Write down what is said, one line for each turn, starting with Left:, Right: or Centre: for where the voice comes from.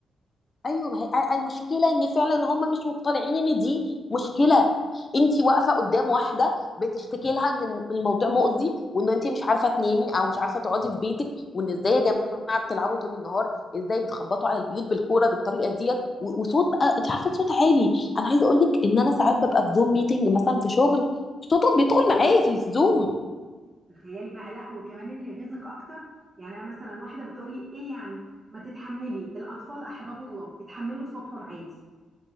Left: ايوه ما هي أ- المشكله ان فعلا هم مش مقتنعين ان دي مشكله انت واقفه قدام واحده بتشتكي لها ان الموضوع مؤذي وان انت مش عارفه تنامي او مش عارفه تقعدي في بيتك وان ازاي يا جماعه بتلعبوا طول النهار ازاي بتخبطوا على البيوت بالكوره بالطريقه ديت و- وصوت بقى انت عارفه صوت عالي انا عايزه اقول لك ان انا ساعات ببقى في زوم ميتنج مثلا في شغل صوتهم بيدخل معايا في الزوم
Right: تخيلي بقى لا وكمان اللي يغيظك اكتر يعني انا مثلا واحده بتقول لي ايه يعني ما تتحملي الاطفال احباب الله اتحملوا صوتهم عادي